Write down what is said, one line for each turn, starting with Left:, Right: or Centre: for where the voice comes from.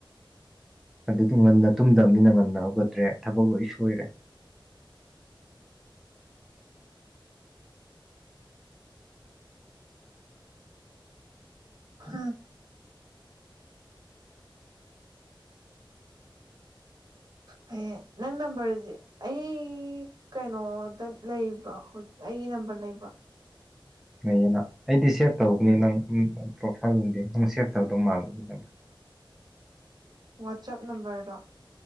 Centre: ꯑꯗꯨꯗꯤ ꯉꯟꯅ ꯇꯨꯝꯗꯝꯅꯤꯅ ꯉꯟꯅ ꯍꯧꯒꯠꯇ꯭ꯔꯦ ꯊꯕꯛ ꯂꯣꯏ ꯁꯣꯏꯔꯦ
Right: ꯍꯥ ꯍꯌꯦꯡ ꯅꯪ ꯅꯝꯕꯔꯖꯤ ꯑꯩ ꯀꯩꯅꯣꯗ ꯂꯩꯕ꯭ꯔꯣ ꯍꯧꯖꯤꯛ ꯑꯩꯒꯤ ꯅꯝꯕꯔ ꯂꯩꯕ꯭ꯔꯣ
Centre: ꯂꯩꯌꯦꯅ ꯑꯩꯗꯤ ꯁꯦꯚ ꯇꯧꯕꯅꯤ ꯅꯪ ꯄ꯭ꯔꯣꯐꯥꯏꯜ ꯎꯗꯦ ꯅꯪ ꯁꯦꯚ ꯇꯧꯗ ꯃꯥꯜꯂꯦ ꯅꯪ
Right: ꯋꯥꯆꯞ ꯅꯝꯕꯔꯗꯣ